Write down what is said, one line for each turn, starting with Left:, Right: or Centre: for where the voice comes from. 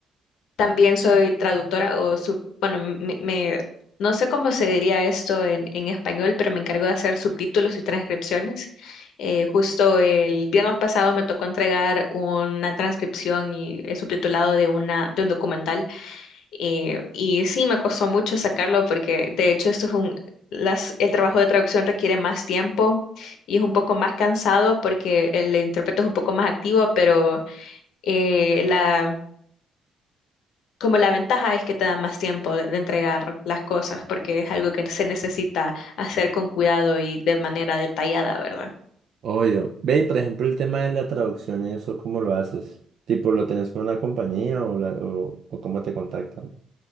Left: también soy traductora o, sub- bueno, me, me- no sé cómo se diría esto en, en español, pero me encargo de hacer subtítulos y transcripciones. Eh, justo el viernes pasado me tocó entregar una transcripción y el subtitulado de, una, de un documental. eh, y sí, me costó mucho sacarlo porque de hecho esto es un... Las, el trabajo de traducción requiere más tiempo y es un poco más cansado porque el intérprete es un poco más activo, pero eh, la como la ventaja es que te da más tiempo de, de entregar las cosas porque es algo que se necesita hacer con cuidado y de manera detallada, ¿verdad?
Right: Obvio. Ve, y por ejemplo, el tema de la traducción y eso, ¿cómo lo haces? Tipo, ¿lo tenés con una compañía o, la, o, o cómo te contactan?